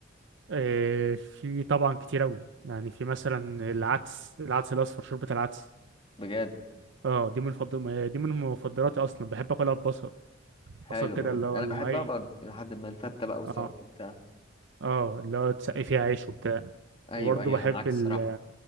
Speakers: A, on the right; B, on the left.
A: آه، في طبعا كتير اوي يعني في مثلا العدس العدس الاصفر شوربه العدس
B: بجد
A: اه دي من فضل... دي من مفضلاتي اصلا بحب اكلها ببصل
B: حلو
A: بصل كده اللي هو
B: انا
A: الني
B: بحبها برضه لحد ما الفته بقى والسلطه
A: اه
B: وبتاع
A: اه اللي هو تسقي فيها عيش وبتاع
B: ايوه
A: وبرضه
B: ايوه
A: بحب
B: انا معاك الصراحه
A: ال